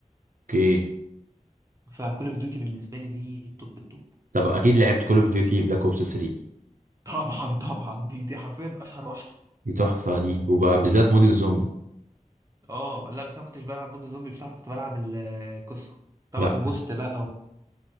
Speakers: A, on the right (about 75°); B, on the right (about 25°).
A: اوكي
B: فكول اوف ديوتي بالنسبة لي دي التوب التوب
A: طب اكيد لعبت كول اوف ديوتي بلاك اوبس 3
B: طبعا طبعا دي دي حرفيا اشهر واحدة
A: دي تحفة دي وبالذات مود الزومبي
B: اه لا بس انا كنتش بلعب مود زومبي بصراحة كنت بلعب القصة طبعا
A: لا
B: جوست بقى